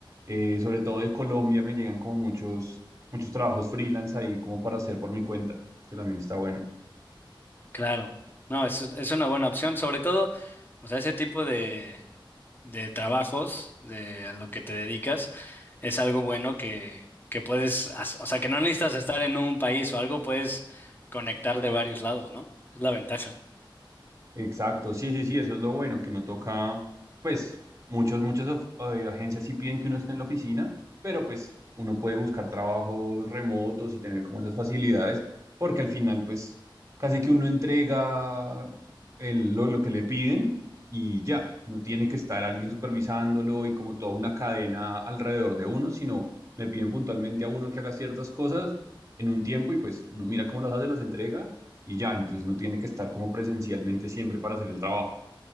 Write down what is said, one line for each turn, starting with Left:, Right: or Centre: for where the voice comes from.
Right: Eh, sobre todo de Colombia me llegan como muchos, muchos trabajos freelance ahí como para hacer por mi cuenta, que también está bueno.
Left: Claro. No, es, es una buena opción. Sobre todo, o sea, ese tipo de, de trabajos de a lo que te dedicas es algo bueno que, que puedes, hac- o sea, que no necesitas estar en un país o algo, puedes conectar de varios lados, ¿no? Es la ventaja.
Right: Exacto, sí, sí, sí, eso es lo bueno, que no toca, pues muchas, muchas of- eh, agencias sí piden que uno esté en la oficina, pero pues uno puede buscar trabajos remotos y tener como esas facilidades, porque al final pues casi que uno entrega el- lo, lo que le piden y ya, no tiene que estar alguien supervisándolo y como toda una cadena alrededor de uno, sino le piden puntualmente a uno que haga ciertas cosas en un tiempo y pues uno mira cómo las hace, las entrega y ya, entonces no tiene que estar como presencialmente siempre para hacer el trabajo.